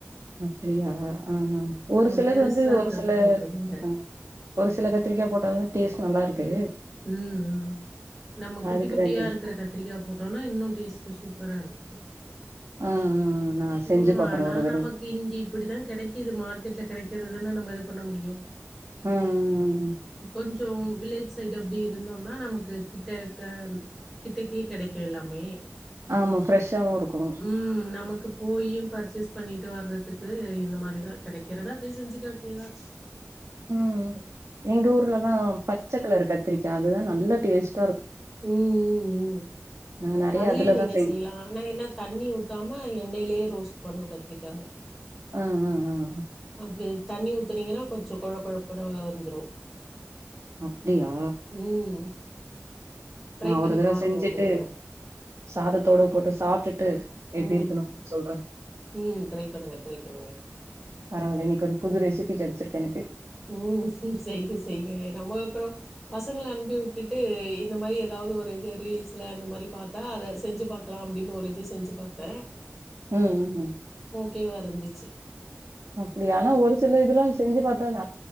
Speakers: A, on the right (about 85°); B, in the centre.
A: அப்படியா ஆஹ்ஹ ஒரு
B: நம்ம
A: சிலது
B: பெருசா
A: வந்து
B: இருக்கறது
A: ஒரு சில
B: போட்றத விட
A: ஆஹ் ஒரு சில கத்திரிக்கா போட்டாதான் டேஸ்ட் நல்லா இருக்கு
B: உம் உம் நம்ம குட்டி
A: அதுக்குதா
B: குட்டியா
A: கேட்டே
B: இருக்கற கத்திரிக்கா போட்டோன்னா இன்னு டேஸ்ட் சூப்பரா இருக்குது
A: ஆ ஆ நா செஞ்சு
B: உம்
A: பாக்குறே
B: ஆனா
A: ஒரு தடவ
B: நமக்கு இங்க இப்பிடிதான் கிடைக்குது மார்க்கெட்ல கிடைக்கிறது ன்ன நம்ம எது பண்ண முடியு
A: ஆ ஆ
B: கொஞ்சு வில்லேஜ் சைட் அப்படி இருந்தோம்னா நமக்கு கிட்டக்க கிட்டக்கே கிடைக்கு எல்லாமே
A: ஆமா ஃப்ரெஷ்ஷாவு இருக்கு
B: உம் நமக்கு போயி பர்ச்சேஸ் பண்ணிட் ட்டு வர்றதுக்கு இந்த மாரிதான் கிடைக்கறத அப்படியே செஞ்சுக்க வேட்டியதான்
A: உம்ம் எங்க ஊர்ல்லதா பச்சைக்கலர் கத் தரிக்கா அதுதான் நல்ல டேஸ்ட்
B: உம் உம் உம்
A: நாங்க நெறைய
B: அதுலயே
A: அதுலதா
B: நீங்க
A: செய்வோ
B: செய்யலாம் ஆனா என்ன தண்ணி ஊத்தாம எண்ணெய்லயே ரோஸ்ட் பண்ணு கத்திரிக்காவ
A: ஆ ஆ ஆ ஆ
B: ப்படி தண்ணி ஊத்துனீங்கன்னா கொஞ்ச கொழ கொழப்பட வந்துரு
A: அப்டியா
B: ம் ட்ரை
A: நா
B: பண்ணி
A: ஒரு தரவ
B: பாருங்க
A: செஞ்சுட்டு
B: ஒரு தடவ
A: சாதத்தோட போட்டு சாப்ட்டுட்டு எப்டி
B: ம்
A: இருக்குணு சொல்றே
B: ம் ட்ரை பண்ணுங்க ட்ரை பண்ணுங்க
A: பரவால்ல இன்னைக்கு ஒரு புது ரெசிப்பி கெடச்சிருக்கு எனக்கு
B: உம் சைங்க சைங்க நம்மோப் அப்ரோ பசங்களா அனுப்பி உட்டுட்டு இந்த மாரி ஏதாவது ஒரு இது ரீல்ஸ்ல இந்த மாரி பாத்தா அத செஞ்சு பாக்கலா அப்டின்னு ஒரு இது செஞ்சி பாத்த
A: ம் உம்
B: கேவா இருந்துச்சி
A: அப்டி ஆனா ஒரு சில இதெல்லா செஞ்சி பாத்தான